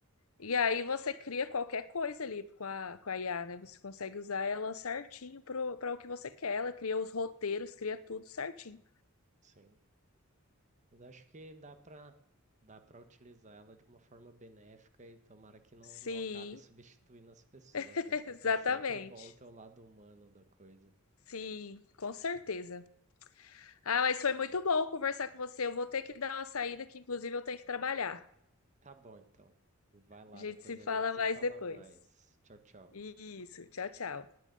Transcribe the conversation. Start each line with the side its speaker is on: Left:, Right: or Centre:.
Left: E aí você cria qualquer coisa ali com a, com a IA, né? Você consegue usar ela certinho para o que você quer. Ela cria os roteiros, cria tudo certinho.
Right: sim. Mas acho que dá para dá para utilizar ela de uma forma benéfica e tomara que não,
Left: Sim,
Right: não acabe substituindo as pessoas,
Left: <laughs>
Right: né? Porque
Left: exatamente.
Right: é sempre bom ter o lado humano da coisa.
Left: Sim, com certeza. Ah, mas foi muito bom conversar com você. Eu vou ter que dar uma saída que, inclusive, eu tenho que trabalhar.
Right: Tá bom, então. Vai lá,
Left: A gente
Right: depois
Left: se fala
Right: a gente se
Left: mais
Right: fala
Left: depois.
Right: mais. Tchau, tchau.
Left: Isso, tchau, tchau.